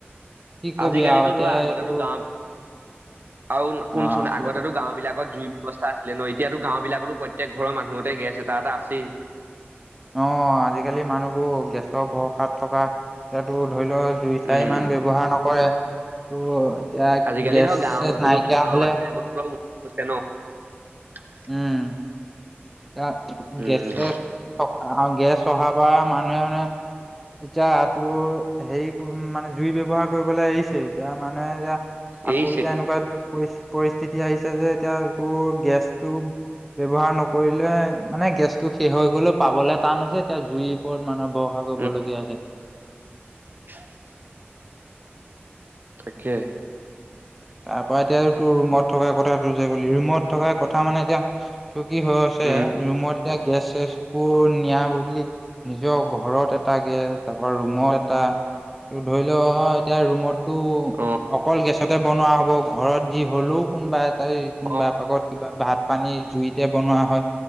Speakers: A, in the centre; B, on the right.
A: কি কবি
B: আজিকালিতো
A: আৰু এতিয়া
B: ধৰা আগতেতো
A: এইটো
B: গাঁৱত আৰু শুনচোন
A: অ' কিবা
B: আগতেতো গাঁও বিলাকত জুই ব্যৱস্থা আছিল ন, এতিয়াতো গাঁও বিলাকতো প্ৰত্যেক ঘৰৰ মানুহতেই গেছ এটা এটা আছেই।
A: অ' আজিকালি মানুহবোৰ গেছৰ ভৰসাত থকা ইয়াতো ধৰি লও- দুই চাৰি
B: উম
A: মান ব্যৱহাৰ নকৰে ত' এতিয়া
B: আজিকালি
A: গেছ
B: ধৰ
A: চেছ
B: গাঁও হলেও
A: নাইকিয়া
B: গাঁৱৰ
A: হলে
B: <unintelligible>
A: উম এ
B: উম
A: গেছে থকা গেছ অহাৰ পৰা মানুহে মানে এতিয়া তোৰ হেৰি মানে জুই ব্যৱহাৰ কৰিবলৈ এৰিছে এতিয়া মানুহে এতিয়া আকৌ
B: এৰিছে
A: এতিয়া এনেকুৱা পৰিস্থিতি আহিছে যে এতিয়া তোৰ গেছ টো ব্যৱহাৰ নক নকৰিলে মানে গেছ টো শেষ হৈ গ'লে পাবলে টান আছে এতিয়া জুই ওপৰত মানুহ ভৰষা কৰিবলগীয়া
B: উম
A: হৈছে
B: <unintelligible> তাকে
A: তাৰ পৰা এতিয়া তোৰ ৰুমত থকা কথাটো যে কলি ৰুমত থকা কথা মানে এতিয়া তোৰ কি হ ছে
B: উম
A: ৰুমত এতিয়া গেছ চেচবোৰ নিয়া বুলি নিজৰ ঘৰত এটা গেছ তাৰপৰা ৰুমত এটা ধৰি লওঁ এতিয়া ৰুমত টো
B: অ
A: অকল গেছতে বনোৱা হ'ব ঘৰত যি হলও কোনবা এটাই কোনোবা
B: অ
A: পাকত কিবা ভাত পানী জুইত এতিয়া বনোৱা হয়